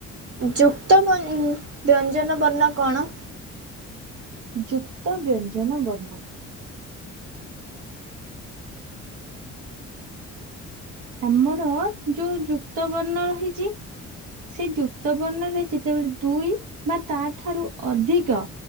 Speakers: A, on the right; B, on the right.
A: ଯୁକ୍ତ ବ ବ୍ୟଞ୍ଜନ ବର୍ଣ୍ଣ କଣ?
B: ଯୁକ୍ତ ବ୍ୟଞ୍ଜନ ବର୍ଣ୍ଣ ଆମର ଯୋଉ ଯୁକ୍ତ ବର୍ଣ୍ଣ ରହିଚି ସେ ଯୁକ୍ତ ବର୍ଣ୍ଣରେ ଯେତେବେଳେ ଦୁଇ ବା ତାଠାରୁ ଅଧିକ